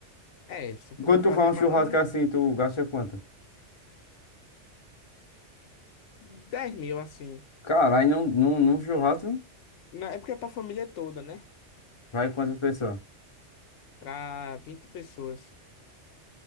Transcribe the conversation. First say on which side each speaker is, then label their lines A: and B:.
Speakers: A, on the left; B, on the left.
A: É, se eu puder
B: Quando
A: fazer
B: tu faz
A: pra
B: um churrasco
A: nós, né?
B: assim, tu gasta quanto?
A: 10 mil, assim.
B: Caralho, num, num, num churrasco
A: Não, é porque é pra família toda, né?
B: vai quantas pessoas?
A: Pra 20 pessoas.